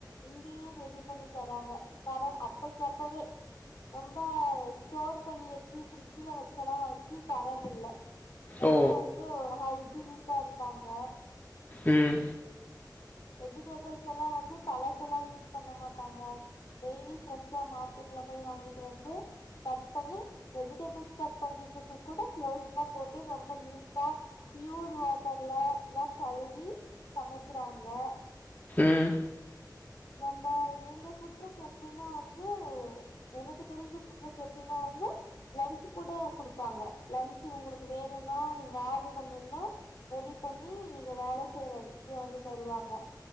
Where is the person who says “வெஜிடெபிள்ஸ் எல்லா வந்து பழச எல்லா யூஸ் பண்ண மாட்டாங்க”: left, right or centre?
Left